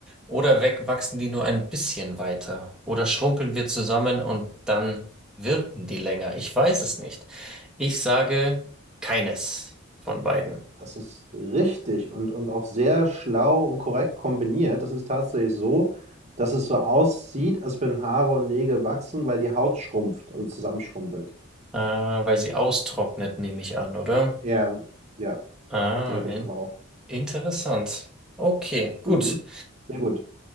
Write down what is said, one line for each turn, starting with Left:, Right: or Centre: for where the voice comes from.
Centre: Oder wegwachsen die nur ein bisschen weiter? Oder schrumpeln wir zusammen und dann wirken die länger? Ich weiß es nicht. Ich sage keines von beiden.
Right: Das ist richtig und, und auch sehr schlau und korrekt kombiniert. Das ist tatsächlich so, dass es so aussieht, als wenn Haare und Nägel wachsen, weil die Haut schrumpft, also zusammenschrumpelt.
Centre: Ah, weil sie austrocknet, nehme ich an, oder?
Right: Ja, ja,
Centre: Ah,
Right: denke
Centre: in
Right: ich doch auch.
Centre: interessant. Okay, gut.
Right: Mhm, sehr gut.